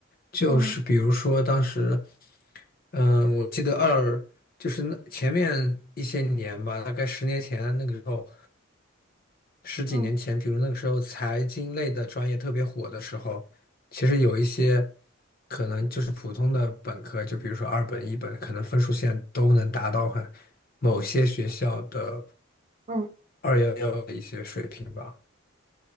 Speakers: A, on the left; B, on the right.
A: 就是比如说当时，
B: 嗯
A: 嗯，我记得二就是那前面一些年吧，大概十年前那个时候。十几年前，
B: 嗯
A: 比如那个时候财经类的专业特别火的时候，其实有一些可能就是普通的本科，就比如说二本、一本，可能分数线都能达到很某些学校的
B: 嗯。
A: 二幺幺的一些水平吧。